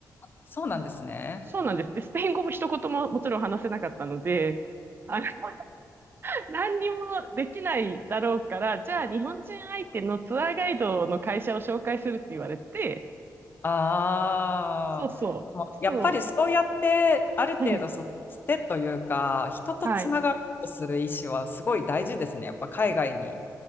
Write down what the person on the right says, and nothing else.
そうなんです。で、スペイン語も一言ももちろん話せなかったので、あの、<laughs> 何にもできないだろうから、じゃあ日本人相手のツアーガイドの会社を紹介するって言われて、
そうそう、
そ
う、<laughs>
はい。